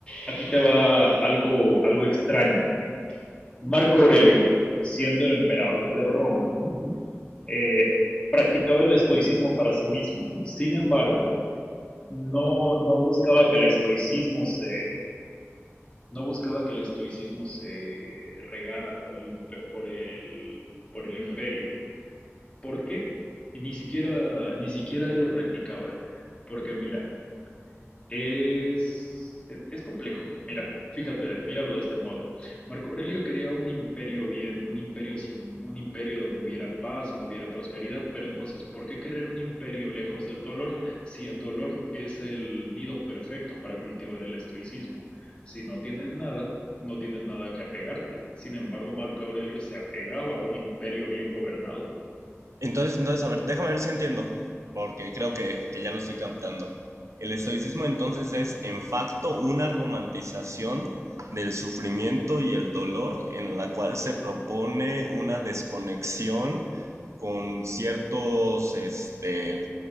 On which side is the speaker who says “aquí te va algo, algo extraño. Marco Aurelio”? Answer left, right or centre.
Left